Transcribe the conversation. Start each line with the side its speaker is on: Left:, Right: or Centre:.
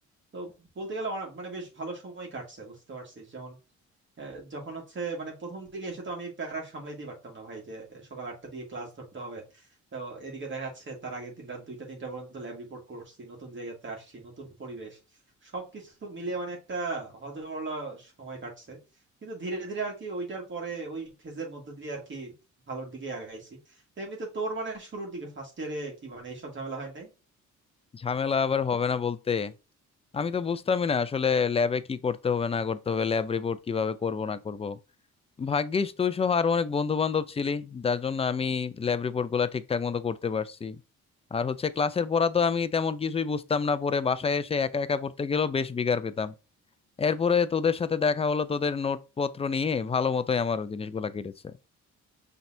Right: তো বলতে গেলে আমার- মানে বেশ ভালো সময় কাটছে বুঝতে পারছিস আহ, যখন হচ্ছে মানে প্রথম দিকে এসে তো আমি প্যারা সামলাইতেই পারতাম না ভাই যে সকাল আটটা দিয়ে ক্লাস ধরতে হবে তো এদিকে দেখা যাচ্ছে তার আগের দিন রাত দুইটা তিনটা পর্যন্ত ল্যাব রিপোর্ট করছি নতুন জায়গাতে আসছি নতুন পরিবেশ সবকিছু মিলিয়ে মানে একটা হজবলা সময় কাটছে কিন্তু ধীরে ধীরে আর কি ওইটার পরে ওই ফেজের মধ্যে দিয়ে আর কি ভালোর দিকে আগাইছি তো এমনিতে তোর মানে শুরুর দিকে ফার্স্ট ইয়ারে কি মানে এইসব ঝামেলা হয় নাই
Left: ঝামেলা আবার হবে না বলতে আমি তো বুঝতামই না আসলে ল্যাবে কি করতে হবে না করতে হবে ল্যাব রিপোর্ট কিভাবে করব না করব ভাগ্যিস তুই সহ আরো অনেক বন্ধু বান্ধব ছিলি যার জন্য আমি ল্যাব রিপোর্ট গুলা ঠিকঠাক মতো করতে পারছি আর হচ্ছে ক্লাসের পড়া তো আমি তেমন কিছুই বুঝতাম না পরে বাসায় এসে একা একা পড়তে গেলেও বেশ বিগার পেতাম এরপরে তোদের সাথে দেখা হলো তোদের নোটপত্র নিয়ে ভালো মতোই আমার জিনিসগুলা কেটেছে